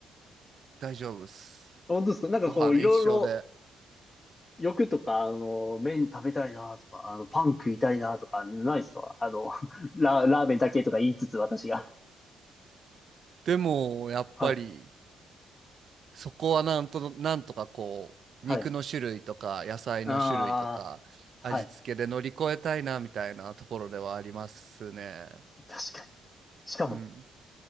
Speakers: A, on the right; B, on the left.
A: 大丈夫っす。
B: 本当ですかなんかこう、
A: ご飯一緒で。
B: いろいろ欲とか、あの、麺食べたいなとか、あの、パン食いたいなとか、ないですかあの、<laughs> ラ、ラーメンだけとか言いつつ私が。
A: でも、やっぱり、
B: はい。
A: そこはなんと、なんとかこう、
B: はい。
A: 肉の種類とか、野菜の種類とか、
B: ああ、はい。
A: 味付けで乗り越えたいな、みたいなところではありますね。
B: 確かに。しかも、
A: うん。